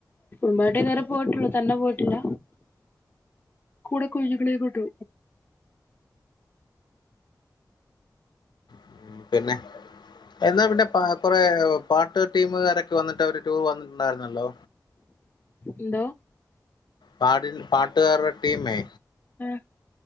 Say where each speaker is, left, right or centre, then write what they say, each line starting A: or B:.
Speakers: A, on the left; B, on the left.
A: കുടുംബായിട്ടേ ഇതരേ പോയിട്ടള്ളു തന്നെ പോയിട്ടില്ല. കൂട കൊയ്ഞ്ഞിക്ക്ണേ കൊട്ടു
B: ഉം പിന്നെ? എന്നാ പിന്നെ പ കൊറെ പാട്ട് ടീമുകാരൊക്കെ വന്നിട്ട് അവര് ടൂർ വന്നിട്ടുണ്ടായിരുന്നല്ലോ.
A: എന്തോ?
B: പാടി പാട്ടുകാരുടെ ടീമേ
A: ആഹ്